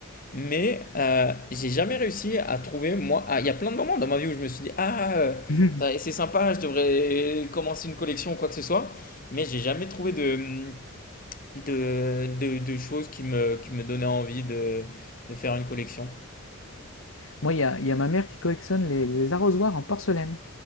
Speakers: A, on the left (about 40°); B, on the left (about 65°).
A: Mais euh, j'ai jamais réussi à trouver, moi, ah, il y a plein de moments dans ma vie où je me suis dit, ah, euh,
B: <laughs>
A: ça- c'est sympa, je devrais commencer une collection ou quoi que ce soit, mais j'ai jamais trouvé de, de, de, de choses qui me, qui me donnaient envie de, de faire une collection.
B: Moi, il y a, il y a ma mère qui collectionne les, les arrosoirs en porcelaine.